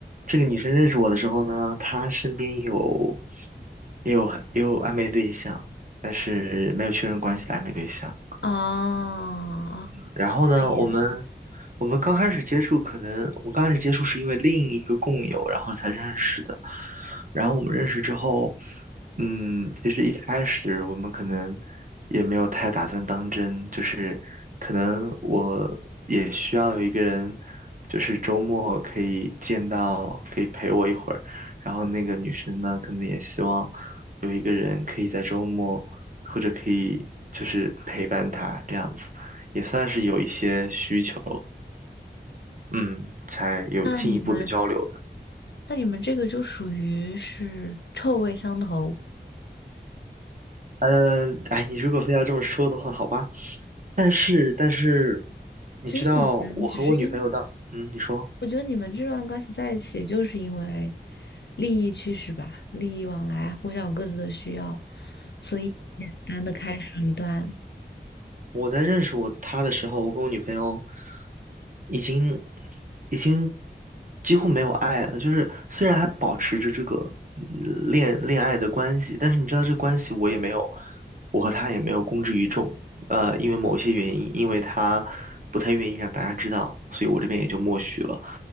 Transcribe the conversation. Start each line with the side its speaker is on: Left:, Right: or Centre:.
Right: 这个女生认识我的时候呢，她身边有也有很也有暧昧对象，但是没有确认关系的暧昧对象，
Left: 哦，
Right: 然后呢，
Left: 这个意思。
Right: 我们我们刚开始接触，可能我们刚开始接触是因为另一个共友，然后才认识的。然后我们认识之后，嗯，其实一开始我们可能也没有太打算当真，就是可能我也需要有一个人，就是周末可以见到，可以陪我一会儿。然后那个女生呢，可能也希望有一个人可以在周末，或者可以就是陪伴她这样子。也算是有一些需求，嗯，才有进一步的交流的。
Left: 那你们，那你们这个就属于是臭味相投。
Right: 呃，哎，你如果非要这么说的话，好吧。但是，但是，你知道，
Left: 其实你们只是因为。
Right: 我和我女朋友的，嗯，你说。
Left: 我觉得你们这段关系在一起，就是因为利益驱使吧，利益往来，互相有各自的需要，所以简单的开始了一段。
Right: 我在认识我他的时候，我跟我女朋友已经已经几乎没有爱了。就是虽然还保持着这个嗯恋恋爱的关系，但是你知道这关系我也没有，我和他也没有公之于众。呃，因为某些原因，因为他不太愿意让大家知道，所以我这边也就默许了。